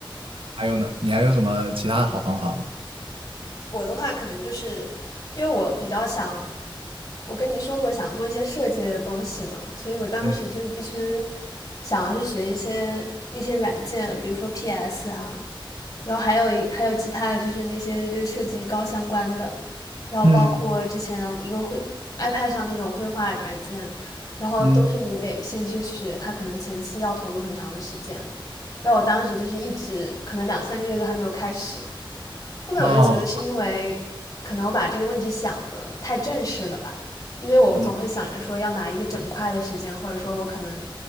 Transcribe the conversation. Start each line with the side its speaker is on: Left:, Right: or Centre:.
Right: 还有呢？你还有什么其他的好方法吗？
Left: 我的话可能就是因为我比较想，我跟你说过想做一些设计类的东西嘛，所以我当时就是必须
Right: 嗯，
Left: 想要去学一些那些软件，比如说 PS 啊，然后还有一还有其他的就是那些就是设计高相关的，然后包括之前一个绘
Right: 嗯
Left: iPad 上那种绘画软件，然后都是你得先去学，
Right: 嗯
Left: 它可能前期要投入很长的时间。然后我当时就是一直可能两三个月都还没有开始，后面我就觉得是因为可能我把这个问题想的太正式了吧，
Right: 哦，
Left: 因为我总会想着说要拿一个整块的时间，
Right: 嗯
Left: 或者说我可能